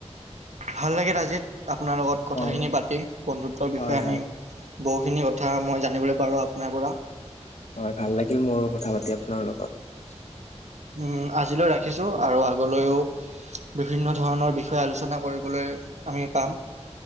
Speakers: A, on the right; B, on the left.
A: ভাল লাগিল আজি। আপোনাৰ লগত কথাখিনি
B: হয়
A: পাতি বন্ধুত্বৰ বিষয়ে
B: হয়
A: আমি
B: হয়
A: বহুখিনি কথা মই জানিবলৈ পালো আপোনাৰ পৰা।
B: হয় ভাল লাগিল মোৰো কথা পাতি আপোনাৰ লগত।
A: উম, আজিলৈ ৰাখিছো আৰু আগলৈও বিভিন্ন ধৰণৰ বিষয়ে আলোচনা কৰিবলৈ আমি পাম।